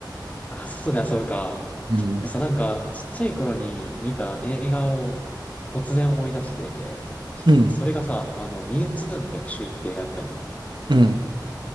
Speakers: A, on the left; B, on the right.
A: あ、外で遊ぶか。
B: うん、
A: でさ、なんか、ちっちゃい頃に見た映画を突然思い出して、
B: うん、
A: それがさ、あの、ミュウツーの逆襲って映画だったのよ。ポ
B: うん、